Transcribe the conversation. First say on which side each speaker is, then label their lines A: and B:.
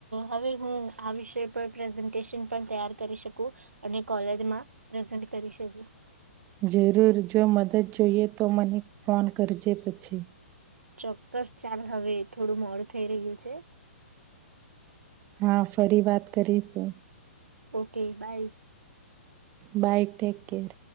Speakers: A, on the right; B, on the right.
A: હવે હું આ વિષય પર પ્રેઝન્ટેશન પણ તૈયાર કરી શકું અને કોલેજમાં પ્રેઝન્ટ કરી શકું.
B: જરૂર જો મદદ જોઈએ તો મને ફોન કરજે પછી.
A: ચોક્કસ ચાલ હવે થોડું મોડ થઈ રહ્યું છે.
B: હા ફરી વાત કરીશું.
A: Okay bye
B: bye take care